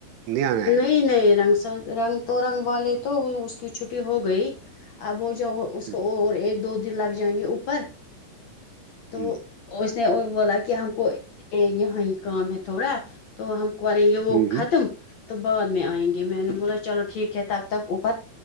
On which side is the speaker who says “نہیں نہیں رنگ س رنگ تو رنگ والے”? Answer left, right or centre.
Left